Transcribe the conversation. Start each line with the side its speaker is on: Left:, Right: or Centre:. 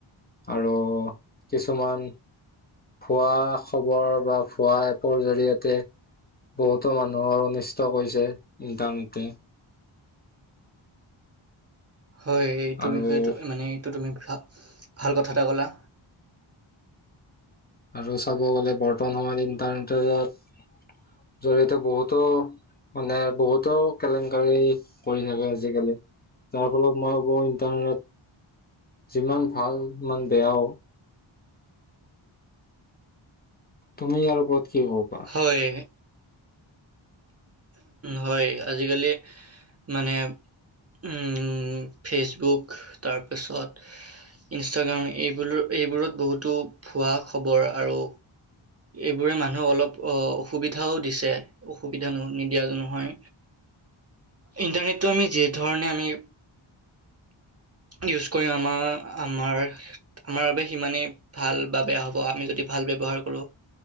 Left: আৰু কিছুমান ভুৱা খবৰ বা ভুৱ এপৰ জৰিয়তে বহুতো মানুহৰ ষ্ট কৈছে ইন্টাৰনেতে
Right: হয় এইটো
Left: আৰু
Right: বিষয়েটো মানে এইটো তুমি ভাল কথা এটা ক'লা
Left: আৰু চাব গ'লে বৰ্তমান সময়ত ইণ্টাৰনেটৰ জৰি়য়তে বহুতো মানে বহুতো কেলেংকাৰী কৰি থাকে আজিকালি যাৰ ফলত মই ভাবো ইণ্টাৰনেট যিমান ভাল সিমান বেয়াও তুমি ইয়াৰ ওপৰত কি হ'বা
Right: হয় হয় আজিকালি মানে উম ফেচবুক তাৰপিছত ইনষ্টাগ্ৰাম এইবোৰ এইবোৰত বহুতো ভোৱা খবৰ আৰু এইবোৰে মানুহে অলপ অ অসুবিধাও দিছে সুবিধা নিদিয়া জনোহয় ইণ্টাৰনেটটো আমি যি ধৰণে আমি ইউজ কৰি আমাৰ আমাৰ আমাৰ বাবে সিমানেই ভাল বা বেয়া হ'ব আমি যদি ভাল ব্যৱহাৰ কৰোঁ